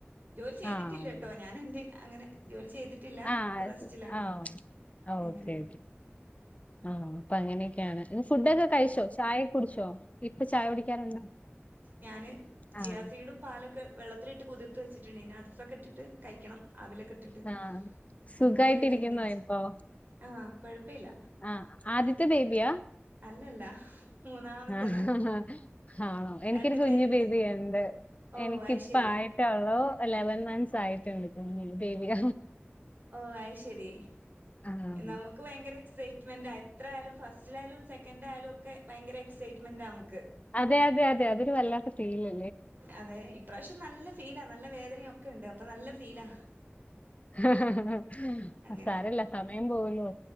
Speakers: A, on the right; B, on the left.
A: ജോലി ചെയ്തിട്ടില്ല
B: ആഹ്
A: ട്ടോ ഞാനേന്റെ അങ്ങനെ ജോലി ചെയ്തിട്ടില്ല
B: ആഹ്
A: ഇപ്പൊ റെസ്റ്റിലാണ്
B: സെ ആഹ് ഒക്കെ
A: അങ്ങനെ
B: ആഹ് കെയാണ് ഫുഡൊക്കെ കഴിച്ചോ ചായൊക്കെ കുടിച്ചോ ഇപ്പൊ ചായ കുടിക്കാറുണ്ടോ
A: ഞാന് ചിയാസീടും
B: ആഹ്
A: പാലൊക്കെ വെള്ളത്തിലിട്ട് കുതിർത്ത് വെച്ചിട്ടുണ്ട് ഇനി അത്ഫെ ക്കെട്ടിട്ട് കഴിക്കണം അവിലൊക്കെ ഇട്ടിട്ട്
B: ആഹ്
A: അങ്ങനെ
B: സുഖായിട്ടിരിക്കുന്നോ
A: എന്തേലും കഴിക്ക ച്
B: ഇപ്പൊ
A: ആഹ് കൊഴപ്പില്ല
B: ആഹ് ആദ്യത്തെ ബേബിയാ?
A: അല്ലല്ല മൂന്നാമത്തതാ
B: ആഹ് ആണോ എനിക്കൊരു
A: രണ്ടു
B: കുഞ്ഞു
A: പേരുണ്ട്
B: ബേബിയൊണ്ട്
A: ഓഹ്
B: എനിക്കിപ്പ
A: അയ്ശരി
B: ആയിട്ട ഉള്ളോ. ലെവൻ മന്ത്സ് ആയിട്ടുണ്ട് കുഞ്ഞു ബേബിയ
A: ഓഹ് അയ് ശരി
B: ആഹ്.
A: നമുക്ക് ഭയങ്കര എക്സൈറ്റ്മെന്റ എത്രയാലും ഫസ്റ്റിലായാലും സെക്കൻ് ആയാലും ഒക്കെ ഭയങ്കര എക്സൈറ്റ്മെന്റാ നമക്ക്.
B: അതെ അതെ അതെ അതൊരു വല്ലാത്തെ ഫീലാ
A: അതെ ഇപ്രാവശ്യം നല്ല ഫീലാ നല്ല വേദനൊക്കെ ഉണ്ട് അപ്പൊ നല്ല ഫീലാ
B: അഹ്
A: അങ്ങനെ
B: സാരല്ല സമയം പോകുന്നു.